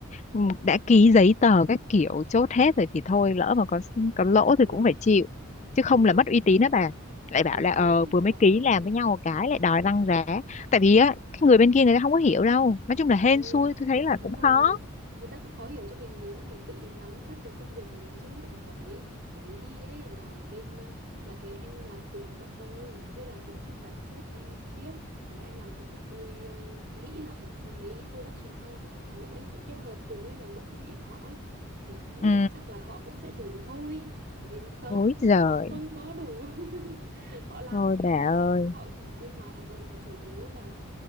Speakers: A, on the left; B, on the right.
A: ừ, đã ký giấy tờ các kiểu chốt hết rồi thì thôi lỡ mà có có
B: đúng
A: lỗ
B: thế
A: thì cũng phải chịu chứ không
B: ừ
A: là mất uy tín đó bà lại bảo
B: đúng
A: là
B: thế
A: ờ vừa
B: trời
A: mới
B: ơi
A: ký làm với nhau một cái lại đòi tăng giá tại vì á cái người bên kia người ta không có hiểu đâu nói chung là hên
B: Ừ,
A: xui tôi thấy là
B: đúng
A: cũng
B: rồi
A: khó
B: người, người ta cũng khó hiểu cho mình mình cũng phải tự nắm bắt được công việc của mình chứ tại vì quả đấy quả đấy đi ấy là bên ờ, là cái anh làm cùng bọn tôi tức là cũng không phải là sếp đi trực tiếp mà cái anh làm cùng bọn tôi ờ, nghĩ là ở mấy production house ở ngoài Hà Nội ấy, định kết hợp cùng ấy là mượn thiết bị của họ ấy thì cũng nghĩ
A: ừ
B: là chắc là họ cũng sẽ đủ thôi nhưng không
A: ối giời
B: họ không có đủ <laughs> họ làm
A: thôi
B: ý
A: bà
B: là họ
A: ơi
B: họ bên ngoài Hà Nội thì chủ yếu là